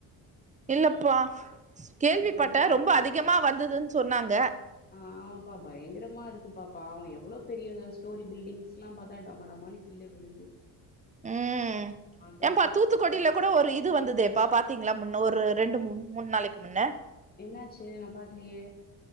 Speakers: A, on the right (about 15°); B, on the left (about 20°).
A: இல்லப்பா கேள்விப்பட்டே
B: ரொம்ப மோசோ
A: ரொம்போ அதிகமா வந்ததுன் சொன்னாங்க
B: ஆ ஆமாம்பா பயங்கரமா இருக்குபா பாவு எவ்ளோ பெரிய ஸ்டோரி பில்டிங்ஸ்லா பாத்தா டம்மடம்மான்னு கீழே விழுது
A: ம்
B: பாக்கவே
A: எம்பா
B: கஷ்டமாதா
A: தூத்துக்கொடில
B: இருக்கு
A: கூட ஒரு இது வந்துதேப்பா பாத்தீங்ளா முன்ன ஒரு ரெண்டு மு மூண்நாளிக்கு முன்னே
B: என்னாச்சி நா பாக்கலியே